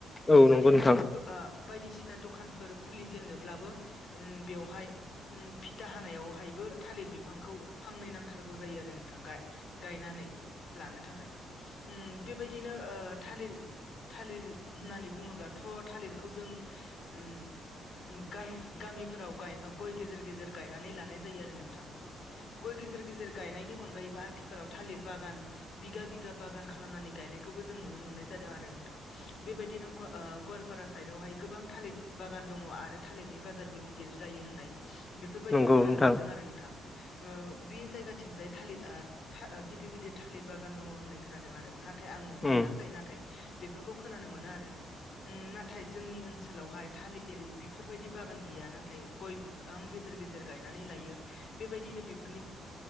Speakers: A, on the left; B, on the left.
A: औ
B: बेबायदिनो
A: नंगौ नोंथां
B: माबाफोर। ओ बायदिसिना दखानफोर खुलि जेननोब्लाबो उ बेवहाय फिथा हानायावहाय। ब थालिर बिफांखौ फांनै नांथारगौ जायो आरो नों। गाय गायनानै लानो थाखाय उ बेबायदिनो ओ थालिर। थालिर होननानै बुङोब्लाथ' थालिरखौ जों उम गा- गामि गामिफोराव गाय गय गेजेर गेजेर गायनानै लानाय जायो आरो नोंथां। गय गे जेर गेजेर गायनायनि अन गायोबा आथिखालाव थालिर बागान बिगा बिगा बागान खालामनानै गायनायखौबो जों नुनो मोननाय जादों आरो नोंथां। बेबायदिनो ग- ओ गवालपारा साइदावहाय गोबां थालिर बागान दङ आरो थालिरनि बाजारबो गि दिर जायो होननाय बेफोरबायदि
A: नंगौ
B: खोनानो
A: नोंथां
B: मोन्दों आरो नोंथां। ओ बे जायगाथिंजाय थालिर ओ था- गिदिर गिदिर थालिर बागान दङ होननाय खोनादों आरो नाथाय आं नुनो
A: उम
B: मोनाखै नाथाय बेफोरखौ खोनानो मोनो आरो। उम नाथाय जोंनि ओनसोलावहाय थालिर बेफोरबायदि बागान गैया नाथाय गय बिफां गेजेर गेजेर गायनानै लायो बेबायदिनो बेफोरनि